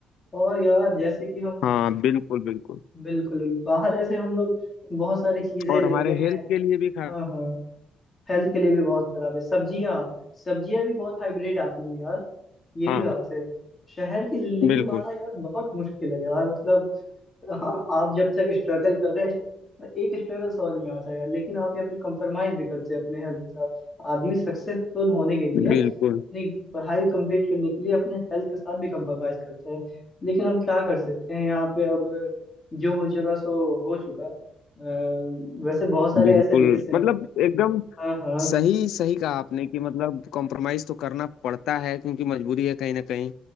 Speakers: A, on the left (about 30°); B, on the left (about 80°).
A: और यार जैसे कि हम
B: हाँ बिल्कुल बिल्कुल
A: बिल्कुल बाहर ऐसे हम लोग बहुत सारी चीजें
B: और
A: लेते
B: हमारे हेल्थ
A: हैं
B: के लिए भी खा
A: हाँ हाँ हेल्थ के लिए भी बहुत खराब है सब्जियां सब्जियां भी बहुत हाइब्रिड आती हैं यार ये
B: हाँ
A: भी बात है शहर की जिंदगी
B: बिल्कुल
A: माना यार बहुत मुश्किल है यार मतलब हाँ आप जब तक स्ट्रगल कर रहे हैं तो एक स्ट्रगल समझ में आता है लेकिन आप यहाँ पे कंप्रोमाइज भी करते हैं अपने हेल्थ के साथ आदमी सक्सेसफुल होने के लिए
B: बिल्कुल
A: अपनी पढ़ाई कंप्लीट करने के लिए अपने हेल्थ के साथ भी कंप्रोमाइज करता है लेकिन अब क्या कर सकते हैं यहाँ पे अब जो हो चुका सो हो चुका अ, वैसे बहुत सारे
B: बिल्कुल
A: ऐसे देश हैं
B: मतलब एकदम
A: हाँ हाँ
B: सही सही कहा आपने कि मतलब कॉम्प्रोमाइज तो करना पड़ता है क्योंकि मजबूरी है कहीं ना कहीं